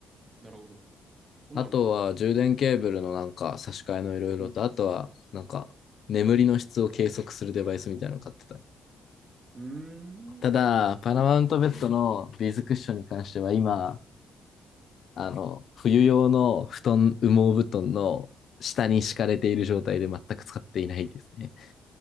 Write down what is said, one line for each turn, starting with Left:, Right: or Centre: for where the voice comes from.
Right: なるほど。そうなるんだ。
Left: あとは充電ケーブルのなんか差し替えのいろいろと、
Right: うん。
Left: あとはなんか眠りの質を計測するデバイスみたいなの買ってた。
Right: うーん。
Left: ただ、パラマウントベッドのビーズクッションに関しては今、あの、冬用の布団、羽毛布団の下に敷かれている状態で全く使っていないですね。